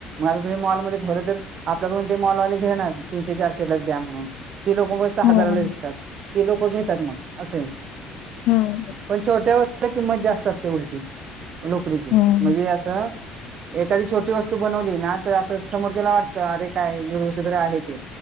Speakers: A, on the right (about 35°); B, on the left (about 55°).
A: तुम्ही मॉलमध्ये ठेवलं तर आपल्याकडून ते मॉलवाले घेणार तीनशे, चारशे लाच द्या म्हणून. ते लोक मस्त
B: हं,
A: हजाराला विकतात, ते लोकं घेतात मग असं
B: हं.
A: पण छोट्या व किंमत जास्त असते उलटी लोकरीची
B: हं.
A: म्हणजे असं एखादी छोटी वस्तू बनव ना असं समोरच्याला वाटतं अरे काय गुरषध्र आहे ते,